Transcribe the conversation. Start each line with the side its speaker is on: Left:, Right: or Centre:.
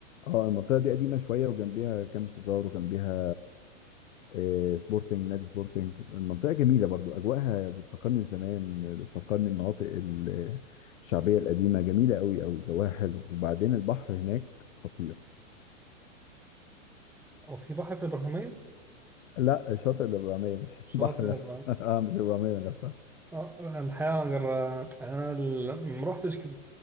Left: اه المنطقة دي قديمة شوية وجنبيها كام شيزار وجنبيها آه، سبورتنج نادي سبورتنج المنطقة جميلة برضو أجواءها بتفكرني بزمان بتفكرني بمناطق ال- الشعبية القديمة جميلة أوي أوي جواها حلو وبعدين البحر هناك خطير
Centre: هو في بحر في الابراهيميه
Left: لا شاطئ الإبرامية مش <laughs>
Centre: شاطئ
Left: البحر
Centre: الابراهيميه
Left: نفسه اه مش الإبرامية نفسها
Centre: اه انا الحقيقه جر... انا ال- ما رحتش ك-